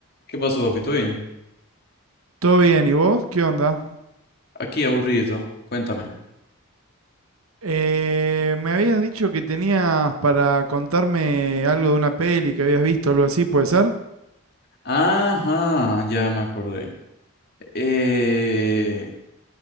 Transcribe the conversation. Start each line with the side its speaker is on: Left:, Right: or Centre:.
Left: ¿Qué pasó, papito? Bien.
Right: Todo bien, ¿y vos? ¿Qué onda?
Left: Aquí aburrido. Cuéntame.
Right: Eh, me habías dicho que tenías para contarme algo de una peli que habías visto, algo así, ¿puede ser?
Left: Ajá, ya me acordé. Eh,